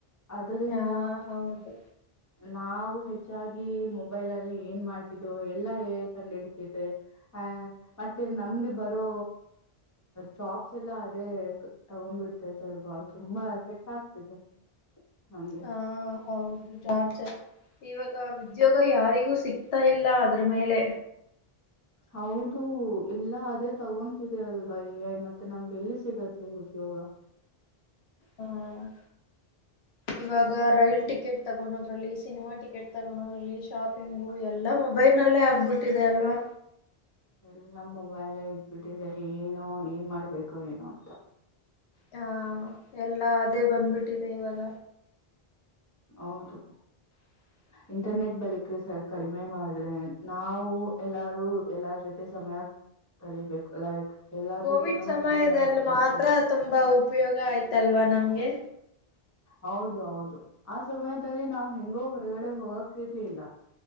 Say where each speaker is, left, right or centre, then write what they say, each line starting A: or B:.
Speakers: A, on the left; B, on the left.
A: ಅದರಿಂದ
B: ಹಾ ಹೌದು
A: ನಾವು ಹೆಚ್ಚ. ಹೆಚ್ಚಾಗಿ ಮೊಬೈಲ್ ಅಲ್ಲಿ ಏನ್ ಮಾಡ್ತಿದೋ ಎಲ್ಲಾ- ಎ -ಕಂಡ್ ಹಡ್ತಿದೆ- ಅ- ಮತ್ತೇ ನಮ್ಗೆ ಬರೂ ಚಾಪ್. ಎಲ್ಲಾ ಅದೇ ತಗೊಬಿಡ್ತೈತಲ್ವಾ ತುಂಬಾ ಎಫೆಕ್ಟ್ ಆಗ್ತಿದೆ. ನಮ್ಗೆ
B: ಹಾ -ಹೌದು- ಜಾ ಇವಾಗ ಉದ್ಯೋಗ ಯಾರಿಗೂ ಸಿಕ್ತಾ ಇಲ್ಲ ಅದ್ರ ಮೇಲೆ.
A: ಹೌದು ಎಲ್ಲ ಅದೇ ತಗೊಂತಿದೆ ಅಲ್ವಾಯ್ಯ ಮತ್ತೆ ನಮ್ಗೆ ಎಲ್ಲಿ ಸಿಗತ್ತೆ ಉದ್ಯೋಗ.
B: ಹ್ಮ- ಇವಾಗ ರೈಲ್ ಟಿಕೆಟ್ ತಗಳದ್ರಲ್ಲಿ ಸಿನಿಮಾ ಟಿಕೆಟ್. ಗೋದ್ರಲ್ಲಿ ಶಾಪಿಂಗ ಎಲ್ಲಾ ಮೊಬೈಲ್ ನಲ್ಲೇ ಆಗ್ಬಿಟ್ಟಿದೆ ಅಲ್ವಾ.
A: ಎಲ್ಲ ಮೊಬೈಲ್ ಇಟ್ಬಿಟ್ಟಿದೆ ಏನೋ ಏನ್ ಮಾಡ್ಬೇಕೋ ಏನೋ ಅಂತ.
B: ಹಾ- ಎಲ್ಲಾ ಅದೇ ಬಂದ್ಬಿಟ್ಟಿದೆ ಇವಾಗ
A: ಹೌದು
B: ಹ
A: ಇಂಟರ್ನೆಟ್ ಬಳಿಕ ಸ ಕಡಿಮೆ ಮಾಡ್ರೆ ನಾವು ಎಲ್ಲಾರು ಎಲ್ಲಾರ ಜೊತೆ ಸಮಯ. ಕಲಿಬೇಕು ಲೈಕ್ ಎಲ್ಲಾರ್
B: ಕೋವಿಡ್
A: ಜೊತೆನೂ
B: ಸಮಯದಲ್ಲಿ
A: ಚೆನ್ನಾಗಿ ಇರ್ಬೇಕು
B: ಮಾತ್ರ ತುಂಬಾ ಉಪಯೋಗ ಆಯ್ತಲ್ವಾ ನಮ್ಗೆ.
A: ಹೌದು ಹೌದು- ಆ- ಸಮಯದಲ್ಲಿ ನಾವ್ ಹೆಂಗೋ ಹೊರಗಡೆ ಹೋಗಕ್ ಇರ್ಲಿಲ್ಲ